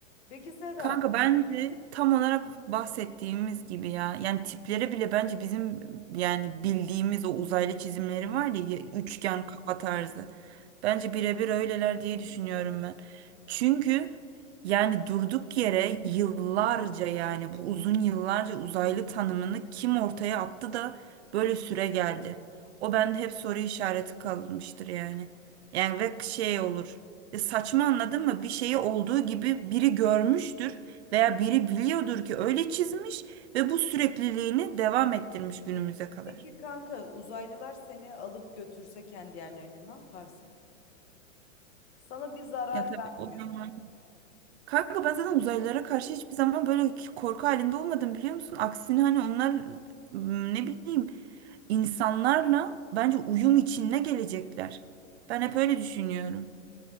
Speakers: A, on the left; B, on the right.
A: Peki Seda,
B: Kanka bence tam olarak bahsettiğimiz gibi ya. Yani tipleri bile bence bizim yani bildiğimiz o uzaylı çizimleri var ya üçgen kafa tarzı. Bence birebir öyleler diye düşünüyorum ben. Çünkü yani durduk yere yıllarca yani bu uzun yıllarca uzaylı tanımını kim ortaya attı da böyle süre geldi. O bende hep soru işareti kalmıştır yani. Yani ve şey olur. E saçma anladın mı? Bir şeyi olduğu gibi biri görmüştür veya biri biliyordur ki öyle çizmiş ve bu sürekliliğini devam ettirmiş günümüze kadar.
A: Peki kanka uzaylılar seni alıp götürse kendi yerlerine ne yaparsın? Sana bir zarar
B: Ya tabii
A: vermiyorlar.
B: o zaman. Kanka ben zaten uzaylılara karşı hiçbir zaman böyle ki- korku halinde olmadım biliyor musun? Aksine hani onlar m, ne bileyim insanlarla bence uyum içinde gelecekler. Ben hep öyle düşünüyorum.